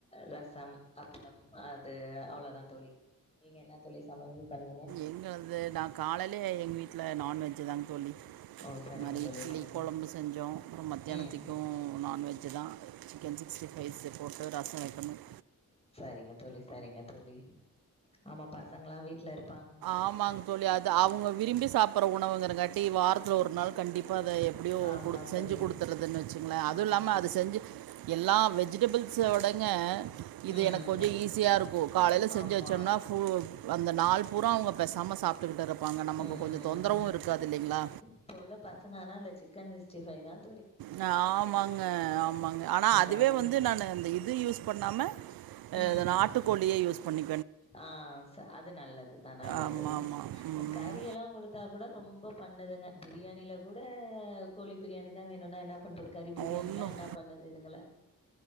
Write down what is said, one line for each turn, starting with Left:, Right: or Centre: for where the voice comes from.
Left: ரசம் அப்பளம் அது அவ்ளோ தா தோழி நீங்க என்ன தோழி சமயல் பண்ண
Right: எங்க வந்து நான் காலையிலயே எங்க வீட்டுல நான்வெஜ் தான் தோழி இது
Left: ஓ சரிங்க
Right: மாரி
Left: தோழி
Right: இட்லி
Left: சரிங்க
Right: குழம்பு செஞ்சோம் அப்புறம் மத்தியானத்திக்கும்
Left: ம்
Right: நான்வெஜ் தா க்கன் சிக்ஸ்டி ஃபைவ்ஸ் போட்டு ரசம் வைக்கணும்
Left: சரிங்க தோழி சரிங்க தோழி ஆமா பசங்கலா வீட்ல இருப்
Right: ஆமாங்க தோழி அது அவ்ங்க விரும்பி சாப்பிடுற உணவுங்கரங்காட்டி வாரத்து ல ஒரு நாள் கண்டிப்பா அத எப்படியோ
Left: ஆமா
Right: செஞ்சு
Left: தோழி
Right: குடுத்துறதுன்னு வச்சுங்களேன் அதுவும்
Left: ஆமா
Right: இல்லாம
Left: தோழி
Right: அது செஞ்சு எல்லா வெஜிடபிள்ஸ்ஸோடங்க இது
Left: ம்
Right: எனக்கு கொஞ்சம் ஈஸியா இருக்கும் காலையில செஞ்சு
Left: ஆமா
Right: வச்சோம்னா ஃபூ அந்த நாள் பூரா அவங்க பேசாம சாப் விட்டுக்கிட் இருப்பாங்க நமக்கு
Left: ம்
Right: கொஞ்சோ தொந்தரவும் இருக்காது இல்லைங்களா
Left: இப்ப உள்ள பசங்க ஆனா இந்த சிக்கன் சிக்ஸ்டி ஃபைவ் தான்
Right: நா ஆமாங்க ஆமாங்க ஆனா அதுவே
Left: கறியா
Right: வந்து நான் அந்த இது யூஸ் பண்ணாம அ
Left: ம்
Right: அத நாட்டுக்கோழியே யூஸ் பண்ணி
Left: ஆ ச அது நல்லதுதான் நல்லதுதான்
Right: ஆமாமா.
Left: இந்த
Right: ம்.
Left: கறியெல்லாம் கொடுத்தா கூட ரொம்ப பண்ணுதுங்க பிரியாணியில கூட கோழி பிரியாணி தான் வேணும்னா என்ன பண்றது கறி பிரியாணிலாம்
Right: ஒன்றும்
Left: என்ன பண்ணுது இதுங்கல